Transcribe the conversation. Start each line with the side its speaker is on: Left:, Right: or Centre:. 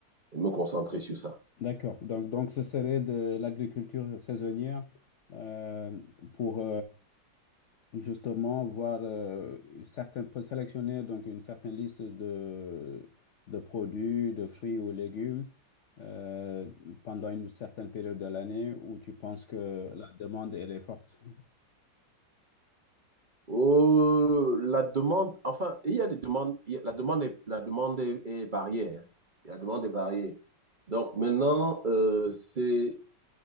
Right: me concentrer sur ça.
Left: D'accord. Donc, donc, ce serait de l'agriculture saisonnière euh, pour... justement voir euh, certains, peut sélectionner donc une certaine liste de, de produits, de fruits ou légumes euh, pendant une certaine période de l'année où tu penses que la demande elle est forte.
Right: Euh, la demande, enfin, il y a des demandes, il y a- la demande est, la demande est, est variée. hein. La demande est variée. Donc maintenant, euh, c'est